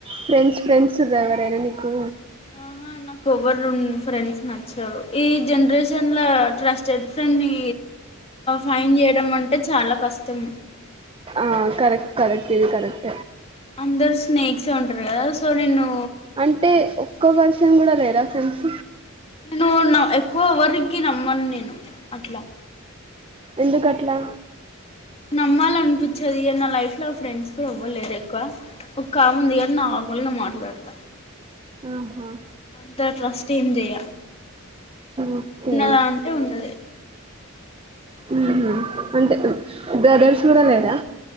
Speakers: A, on the right; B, on the left.
A: ఫ్రెండ్స్ ఫ్రెండ్స్ డ్రైవరైనా నీకు
B: ఆహా నాకు ఎవరన్ ఫ్రెండ్స్ నచ్చారు ఈ జనరేషన్ల ట్రస్టెడ్ ఫ్రెండ్ ని ఫైన్ చేయడం అంటే చాలా కష్టం
A: ఆ కరెక్ట్ కరెక్ట్ ఇది కరెక్ట్
B: అందరు స్నేక్స్ చొ ఉంటారు కదా సో నిన్ను
A: అంటే ఒక్క పర్సన్ కూడా లేరా ఫ్రెండ్స్
B: నేను ఎక్కువ ఎవరికి నమ్మను నేను అట్లా
A: ఎందుకుట్లా
B: నమ్మాలి అనిపించది నా లైఫ్ లో ఫ్రెండ్స్ కూడా ఇవ్వలేరు ఎక్కువ ఒక్క ఆమె ఉంది కానీ నార్మల్ గానే మాట్లాడతా
A: ఆహా
B: అంత ట్రస్ట్ ఏం జయ
A: ఓకే
B: ఉన్నదా అంటే ఉన్నది
A: ఉహ అంటే బ్రదర్స్ కూడా లేదా